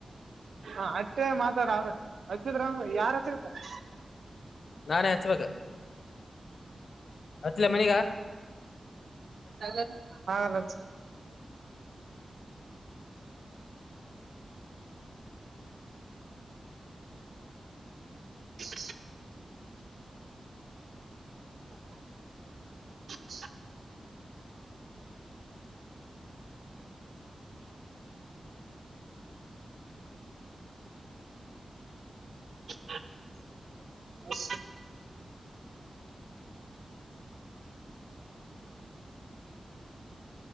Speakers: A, on the right; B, on the left.
A: ಹ ಅಟ್ ಮಾತಾಡ ಆದ್ರೆ ಹಚ್ಚಿದ್ರ ಯಾರ್ ಹಚ್ಚಿರ್ತಾರೆ
B: ನಾನ ಅಚ್ಚ್ ಬೇಕು ಇಲ್ಲ ಮನೆಗ
A: <unintelligible> <unintelligible> <inaudible> <unintelligible>